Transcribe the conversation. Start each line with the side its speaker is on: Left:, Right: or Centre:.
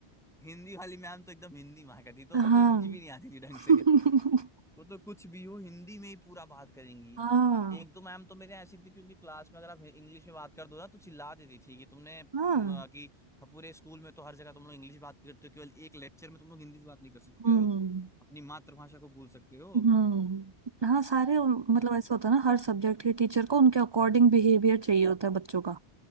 Centre: हिंदी वाली मैम तो एकदम हिंदी माँ का थी तो
Right: हाँ
Centre: उनको तो इंग्लिश भी नहीं आती थी ढंग
Right: <laughs>
Centre: से वो तो कुछ भी हो हिंदी में ही पूरा बात करेंगी
Right: हाँ
Centre: एक दो मैम तो मेरे ऐसी थी क्योंकि क्लास में अगर आप इंग्लिश में बात कर दो ना तो चिल्ला देती थी कि तुमने म,
Right: हाँ
Centre: कि हाँ, पूरे स्कूल में तो हर जगह तुम लोग इंग्लिश बात करते हो केवल एक लेक्चर में तुम लोग हिंदी से बात नहीं कर सकते
Right: हम्म
Centre: हो अपनी मातृभाषा को भूल सकते हो
Right: हम्म हाँ सारे मतलब
Centre: हम्म
Right: ऐसा होता है ना हर सब्जेक्ट के टीचर को उनके अकॉर्डिंग बिहेवियर चाहिए होता है बच्चों का